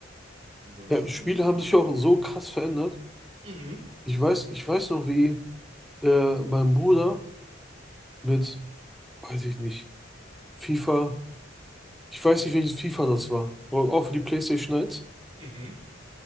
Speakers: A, on the right; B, in the centre.
A: Ansonsten,
B: Ja, Spiele haben sich ja auch so krass verändert.
A: mhm,
B: Ich weiß, ich weiß noch, wie äh, mein Bruder mit, weiß ich nicht, FIFA, ich weiß nicht, welches FIFA das war, aber auch für die PlayStation eins.
A: mhm,